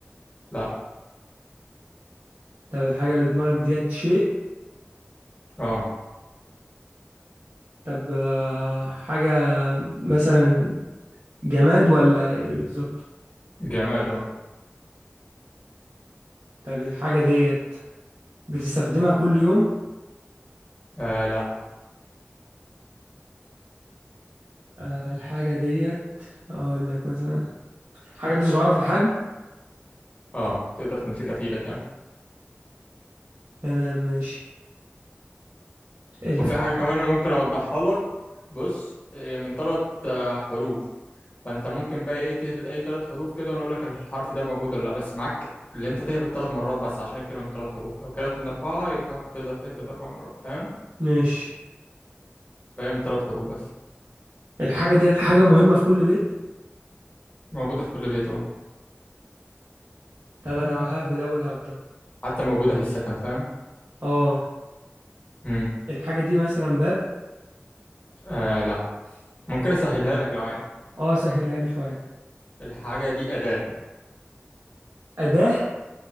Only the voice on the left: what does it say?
لا
اه
جماد اه
آه لا
اه تقدر تمسكها في ايدك يعني
وفي حاجة كمان أنا ممكن اوضحها لك بص هي من ثلاث حروف فانت ممكن بقى ايه تهبط اي ثلاث حروف كده ونقول لك الحرف ده موجود ولا لا بس معاك اللي انت تهبط ثلاث مرات بس عشان الكلمة من ثلاث حروف لو كانت من اربعة يبقى تقدر تهبط اربع مرات فاهم
فهي من ثلاث حروف بس
موجودة في كل بيت اه
حتى موجودة في السكن فاهم
امم
آه لا ممكن اسهلها لك لو عايز
الحاجة دي أداة